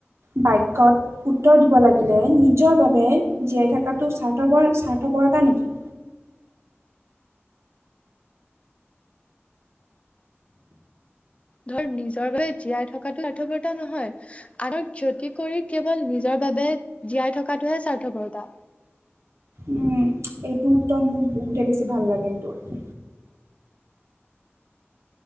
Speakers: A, on the right; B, on the left.
A: বাক্যত উত্তৰ দিব লাগিলে নিজৰ বাবে জীয়াই থকাটো স্বাৰ্থপৰ স্বাৰ্থপৰতা নেকি?
B: ধৰ নিজৰ বাবে জীয়াই থকাটো স্বাৰ্থপৰতা নহয়। আনক ক্ষতি কৰি কেৱল নিজৰ বাবে জীয়াই থকাটোহে স্বাৰ্থপৰতা।
A: উম' এইটো উত্তৰ মোৰ বহুতে বেছি ভাল লাগিল তোৰ।